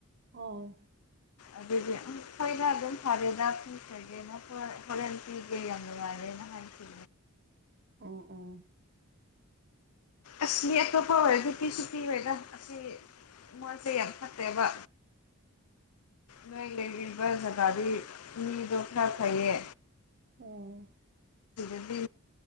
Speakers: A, on the right; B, on the left.
A: ꯑꯣ
B: ꯑꯗꯨꯗꯤ ꯑꯩꯈꯣꯏꯅ ꯑꯗꯨꯝ ꯐꯔꯦꯗ ꯀꯁꯒꯦꯅ ꯍꯣꯔꯦꯟꯇꯤꯒꯦ ꯌꯥꯝ ꯅꯨꯡꯉꯥꯏꯔꯦꯅ ꯍꯥꯏ ꯎ
A: ꯑꯣ ꯑꯣ
B: ꯑꯁꯂꯤ ꯑꯇꯣꯞꯄ ꯑꯣꯏ ꯨꯄꯤ ꯁꯨꯤ ꯑꯣꯏꯒ ꯑꯁꯤ ꯃꯁ ꯌꯥꯝ ꯐꯠꯇꯦꯕ ꯂꯩꯣꯏ ꯂꯩꯕꯤꯕꯖꯒꯔꯤꯅꯤꯗꯣ ꯈꯥ ꯐꯌꯦ
A: ꯑꯣ
B: ꯑꯗꯨ